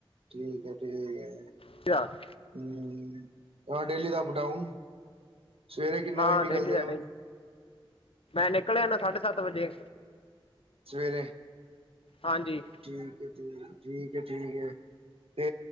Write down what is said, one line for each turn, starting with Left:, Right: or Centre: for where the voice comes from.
Right: ਠੀਕੇ ਠੀਕੇ।
Left: <inaudible>
Right: ਹੂੰ, ਡੇਲੀ ਦਾ ਅਪ ਡਾਊਨ, ਸਵੇਰੇ ਕਿੰਨੇ
Left: ਹਾਂ
Right: ਵਜੇ ਨਿਕਲਦੇ
Left: ਡੇਲੀ ਦਾ
Right: ਓ?
Left: ਡੇਲੀ ਮੈਂ ਨਿਕਲ ਆਨਾ ਸਾਢੇ ਸੱਤ ਵਜੇ।
Right: ਸਵੇਰੇ?
Left: ਹਾਂਜੀ।
Right: ਠੀਕੇ, ਠੀਕੇ, ਠੀਕੇ, ਠੀਕੇ। ਤੇ